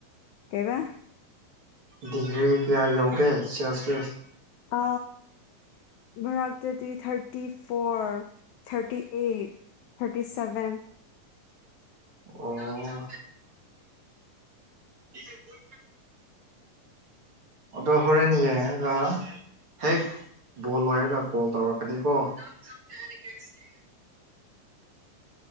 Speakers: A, on the left; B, on the right.
A: ꯀꯩꯕ
B: ꯗꯤꯒ꯭ꯔꯤ ꯀꯌꯥ ꯌꯧꯒꯦ ꯁꯦꯜꯁꯤꯑꯁ
A: ꯑ ꯃꯔꯛꯇꯗꯤ ꯊꯥꯔꯇꯤ ꯐꯣꯔ ꯊꯥꯔꯇꯤ ꯏ ꯊꯔꯇꯤ ꯁꯚꯦꯟ
B: ꯑꯣ <unintelligible> ꯑꯗꯣ ꯍꯣꯔꯦꯟ ꯌꯦꯡꯉꯒ ꯍꯦꯛ ꯕꯣꯜ ꯂꯣꯏꯔꯒ ꯀꯣꯜ ꯇꯧꯔꯛꯀꯅꯤꯀꯣ <unintelligible>